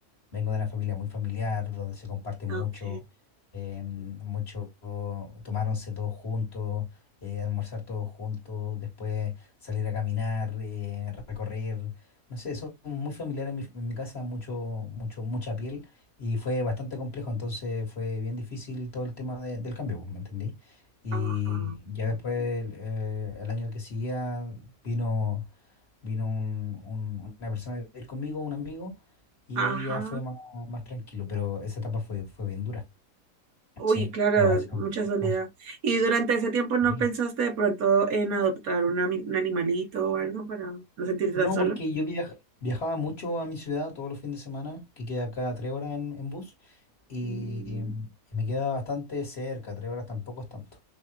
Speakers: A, on the left; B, on the right.
A: vengo de una familia muy familiar, donde se comparte mucho,
B: Ok.
A: eh, mucho, tomáronse todos juntos, eh, almorzar todos juntos, después salir a caminar, eh, recorrer. No sé, son muy familiares en mi, en mi casa, mucho, mucho, mucha piel. Y fue bastante complejo, entonces fue bien difícil todo el tema de- del cambio, pues, ¿me entendí? Y
B: Ajá.
A: ya después, eh, el año que seguía, vino, vino un- un- una persona a vivir conmigo, un amigo, y
B: Ajá.
A: ahí ya fue más, más tranquilo, pero esa etapa fue, fue bien dura.
B: Uy,
A: Sí,
B: claro,
A: lo pasé
B: es
A: bastante
B: mucha soledad.
A: mal.
B: ¿Y durante ese tiempo no
A: sí
B: pensaste de pronto en adoptar un, ami- un animalito o algo para no sentirte
A: No,
B: tan solo?
A: porque yo viaj- viajaba mucho a mi ciudad todos los fines de semana, que queda cada tres horas en, en bus, y,
B: Mm,
A: em, y me queda bastante cerca, tres horas tampoco es tanto.